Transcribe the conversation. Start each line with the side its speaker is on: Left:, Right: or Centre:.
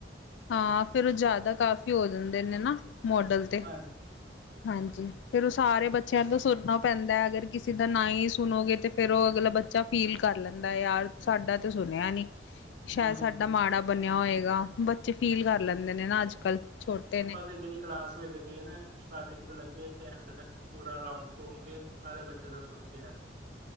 Left: ਹਾਂ ਫੇਰ ਉਹ ਜ਼ਿਆਦਾ ਕਾਫੀ ਹੋ ਜਾਂਦੇ ਨੇ ਨਾ ਮੋਡਲ। ਤੇ
Right: ਹ
Left: ਹਾਂਜੀ। ਫੇਰ ਔਹ ਸਾਰੇ ਬੱਚਿਆਂ ਤੋਂ ਸੁੁਰਨਾ ਪੈਂਦਾ ਹੈ, ਅਗਰ ਕਿਸੇ ਦਾ ਨਾ ਹੀ ਸੁਣੋਗੇ ਤਾਂ ਫੇਰ ਔਹ ਅਗਲਾ ਬੱਚਾ ਫੀਲ ਕਰ ਲੈਂਦਾ ਯਾਰ, ਸਾਡਾ ਤਾਂ ਸੁਣਿਆ ਨਹੀਂ। ਸ਼ਾਇਦ
Right: ਹੂੰ।
Left: ਸਾਡਾ ਮਾੜਾ ਬਣਿਆ ਹੋਏਗਾ, ਬ ਬੱਚੇ ਫੀਲ
Right: ਹੂੰ।
Left: ਕਰ ਲੈਂਦੇ ਨੇ ਨਾ ਅੱਜ ਕੱਲ੍ਹ ਛੋਟੇ ਨੇ।
Right: ਇਹ ਜਿਹੜੀ ਕਲਾਸ ਵਿੱਚ ਗਏ ਨੇ, ਸਟਾਰਟਿੰਗ ਤੋਂ ਲੱਗੇ ਤੇ ਐਂਡ ਤੱਕ ਇਕ ਪੂਰਾ ਰਾਊਡ ਘੁੰਮ ਕੇ ਸਾਰੇ ਬੱਚਿਆਂ ਦਾ ਸੁਣ ਕੇ ਆਏ।